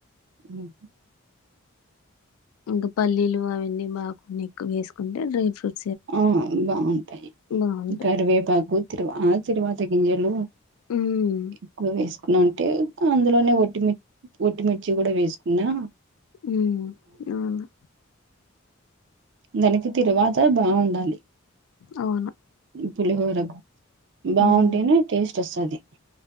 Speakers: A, on the right (about 55°); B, on the left (about 80°).
A: హ్
B: ఇంకా పల్లీలు అవన్నీ బా కొన్ని ఎక్కో వేస్కుంటే డ్రై ఫ్రూట్
A: ఆ బాగుంటాయి.
B: బాగుంటాయి
A: కరివేపాకు తిరువా ఆ తిరువాతి గింజలు
B: మ్
A: ఎక్కువ వేస్కున అంటే అందులోనే ఒట్టిమి ఒట్టిమిర్చి గుడా వేస్కున్నా
B: మ్ అవునా
A: దానికి తిరువాత బాగుండాలి.
B: అవున
A: ఈ పులిహోరకు బాగుంటేనే
B: మ్
A: టేస్ట్ వస్తది